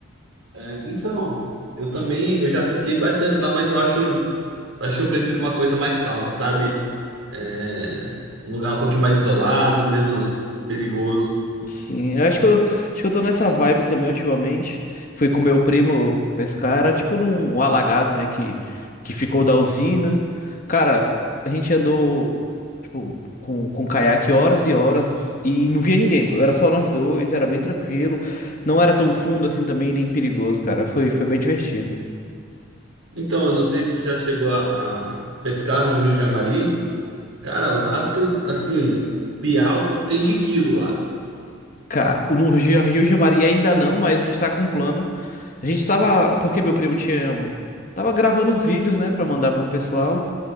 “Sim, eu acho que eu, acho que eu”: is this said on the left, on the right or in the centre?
Left